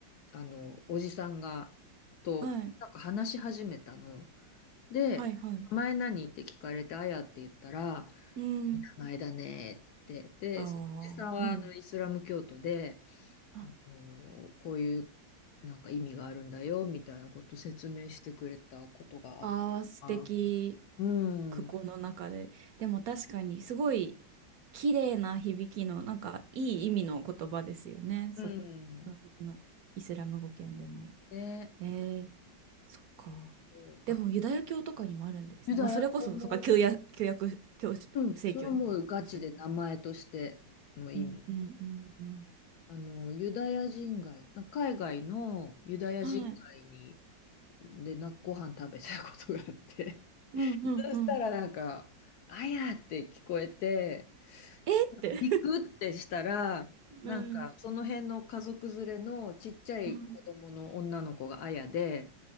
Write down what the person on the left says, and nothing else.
あの、おじさんが、と、
なんか話し始めたの。で、
名前何って聞かれて、あやって言ったら、
いい名前だねって言って、
で、そのおじさんはあのイスラム教徒で、
あのこういうなんか意味があるんだよみたいなこと説明してくれたことがあった。
あう
ん、
うん。
ね、
そう、
あ、
ユダヤ教も、
うん、それはもうガチで名前としての意味っていう。
あの、ユダヤ人街、な海外のユダヤ人街に、
で、な、ご飯食べたことがあって、<laughs>
そしたらなんか、
あやって聞こえて、
ビクってしたら、
なんか、
その辺の家族連れのちっちゃい子供の女の子があやで、